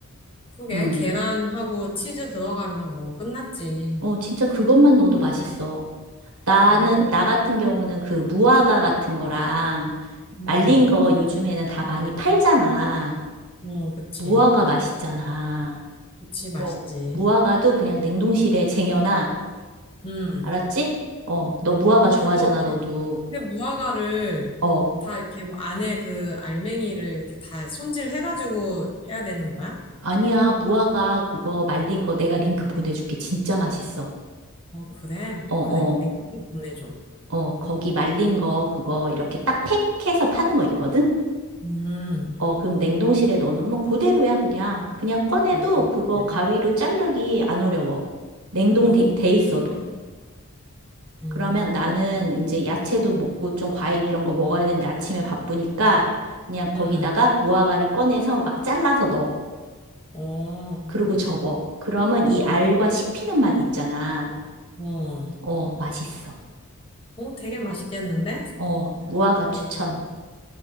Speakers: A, on the left; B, on the right.
A: 그게
B: 음,
A: 계란하고 치즈 들어가면 뭐 끝났지.
B: 어, 진짜 그것만 넣어도 맛있어. 나는,
A: 오,
B: 나 같은 경우는 그 무화과 같은 거랑
A: 음,
B: 말린 거 요즘에는 다 많이 팔잖아.
A: 어, 그치.
B: 무화과 맛있잖아.
A: 그치, 맛있지.
B: 어, 무화과도 그냥 냉동실에 쟁여놔.
A: 음,
B: 알았지? 어, 너 무화과 좋아하잖아,
A: 그거, 이렇게-
B: 너도.
A: 근데 무화과를
B: 어,
A: 다 이렇게 뭐 안에 그 알맹이를 이렇게 다 손질해가지고 해야 되는 거야?
B: 아니야. 무화과 그거 말린 거 내가 링크 보내줄게. 진짜 맛있어.
A: 어, 그래.
B: 어, 어,
A: 그래. 링크 꼭 보내줘.
B: 어, 거기 말린 거 그거 이렇게 딱 팩해서 파는 거 있거든?
A: 음,
B: 어, 그럼 냉동실에 넣어놓으면 그대로야, 그냥. 그냥 꺼내도
A: 음,
B: 그거
A: 래
B: 가위로 자르기 안 어려워. 냉동
A: 어,
B: 돼, 돼 있어도.
A: 아, 음,
B: 그러면 나는 이제 야채도 먹고 좀 과일 이런 거 먹어야 되는데 아침에 바쁘니까 그냥 거기다가
A: 음,
B: 무화과를 꺼내서 막 잘라서 넣어.
A: 어,
B: 그리고 접어. 그러면 이 알과 씹히는 맛 있잖아.
A: 어,
B: 어, 맛있어.
A: 어, 되게 맛있겠는데?
B: 어, 무화과 추천.
A: 어.